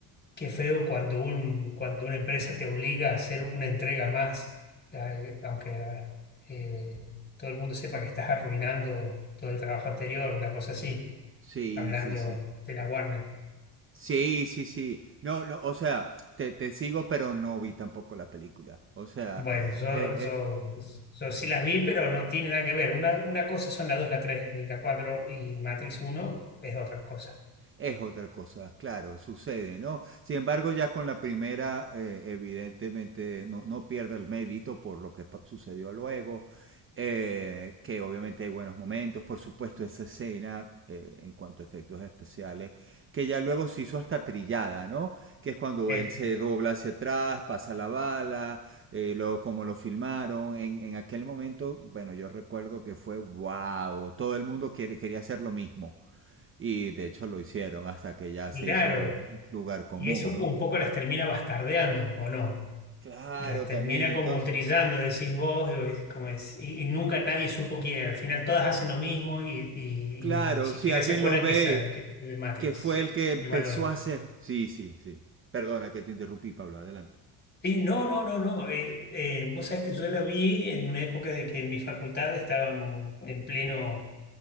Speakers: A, on the left (about 25°); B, on the right (about 30°).
A: qué feo cuando un, cuando una empresa te obliga a hacer una entrega más, eh, aunque eh, todo el mundo sepa que estás arruinando todo el trabajo anterior, una cosa así,
B: Sí,
A: hablando
B: sí, sí.
A: de la Warner.
B: Sí, sí, sí. No, no, o sea, te, te sigo, pero no vi tampoco la película. O sea,
A: Bueno, yo,
B: eh,
A: yo,
B: eh,
A: yo sí las vi, pero no tiene nada que ver. Una, una cosa son la 2, la 3 y la 4 y Matrix uno es otra cosa.
B: es otra cosa, claro, sucede, ¿no? Sin embargo, ya con la primera, eh, evidentemente, no, no, pierde el mérito por lo que sucedió luego, eh, que obviamente hay buenos momentos, por supuesto, esa escena eh, en cuanto a efectos especiales, que ya luego se hizo hasta trillada, ¿no? Que es cuando
A: Eh,
B: él se dobla hacia atrás, pasa la bala, eh, luego como lo filmaron, en, en, aquel momento, bueno, yo recuerdo que fue, wow, todo el mundo quiere, quería hacer lo mismo y de hecho lo hicieron hasta que ya
A: claro,
B: se hizo un lugar común,
A: y eso
B: ¿no?
A: un poco las termina bastardeando, ¿o no?
B: Claro,
A: Las termina
B: también entonces,
A: como trillando, decís vos, y, vos decís como es- y- y nunca nadie supo quién. Al final todas hacen lo mismo y, y-
B: claro,
A: y ni siquiera
B: si alguien
A: se acuerdan
B: lo ve,
A: que es, que es de Matrix,
B: que fue
A: se,
B: el que
A: se
B: empezó
A: le valora.
B: a hacer. Sí, sí, sí. Perdona que te interrumpí, Pablo, adelante.
A: Sí, no, no, no, no. eh, eh, vos sabés que yo la vi en una época de que en mi facultad estábamos en pleno